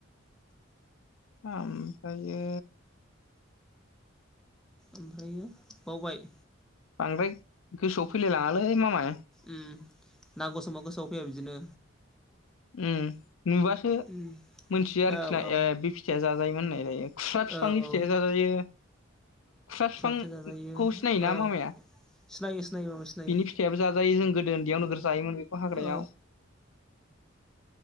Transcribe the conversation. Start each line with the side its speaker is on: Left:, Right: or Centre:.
Left: ओमफ्रायो
Centre: ओमफ्रायो बावबाय
Left: बांद्राय गोसोआव फैलाय लाङालै मामाय
Centre: उम नांगौ समाव गोसोआव फैया बिदिनो
Left: उम नुबासो
Centre: उम
Left: मोनथियो आरोखि
Centre: औ औ
Left: ना ए बे फिथाइया जाजायोमोन होननायलायो खुस्रा बिफांनि
Centre: औ औ
Left: फिथाइया जाजायो खुस्रा बिफांखौ
Centre: फिथाइ जाजायो
Left: सिनायोना
Centre: औ
Left: मामाया
Centre: सिनायो सिनायो माबा सिनायो
Left: बिनि फिथाइाबो जाजायो जों गोदो उन्दैयाव नोगोर जायोमोन बेखौ हाग्रायाव
Centre: औ